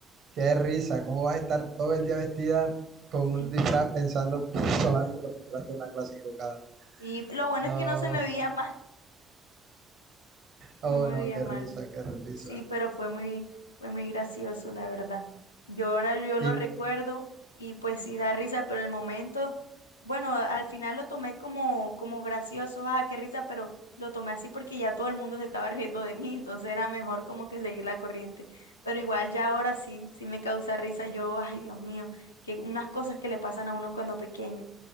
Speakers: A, on the right; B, on the left.
A: Qué risa, ¿cómo vas a estar todo el día vestida con
B: Sí.
A: un disfraz pensando <laughs> solamente porque entraste a una clase equivocada?
B: Y lo bueno
A: No,
B: es que no se me veía mal,
A: Oh,
B: no me
A: no,
B: veía
A: qué
B: mal.
A: risa, qué risa.
B: Sí, pero fue muy, fue muy gracioso, la verdad. Yo ahora yo
A: Y,
B: lo
A: y
B: recuerdo y pues sí da risa, pero en el momento, bueno, al final lo tomé como, como gracioso, ah, qué risa, pero lo tomé así porque ya todo el mundo se estaba riendo de mí, entonces era mejor como que seguir la corriente. Pero igual ya ahora sí, sí me causa risa yo, ay Dios mío, que unas cosas que le pasan a uno cuando pequeño.